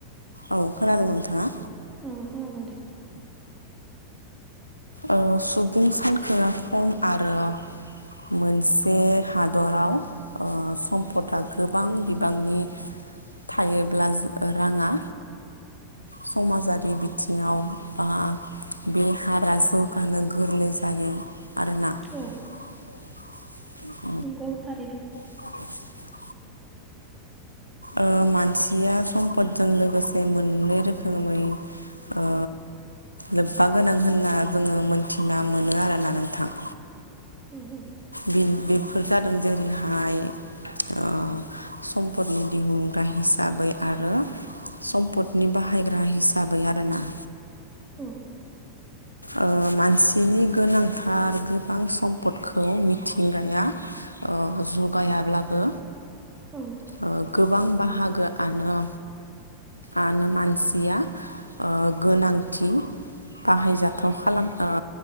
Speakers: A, on the left (about 90°); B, on the right (about 15°).
A: औ खोनादों नोंथाङा?
B: औ खोनादों दे
A: ओ सुबुं सानखोआ खम आरो मोनसे हादराव ओ सम्पदआ गोबां बि बांनि थायोब्ला <unintelligible> राङा समाजारि बिथिङाव बा बे हारा जौगानो गोरलै जायो आरोना
B: औ
A: <inaudible>
B: गोव सारैनो
A: <inaudible> ओ‌ मानसिया सम्पदजों लोगोसे मोननै रोखोमै ओ लोब्बा गोनां होनना जोङो मोनथिना मोनो आरोना नोंथां
B: <inaudible>
A: बिनि बेफोर जादों जेरैहाय ओ सम्पदनि दिहुनग्रा हिसाबै आरो सम्पदनि बाहायग्रा हिसाबै आरोना
B: औ
A: ओ मानसिनि गोनांथार गोबां सम्पदखौ मिथिंगाया ओ जगायाब्लाबो
B: औ
A: ओ गोबां बाहागोआनो आनो मानसिया ओ गोनांथि बाहायजाथाव खालाम ओ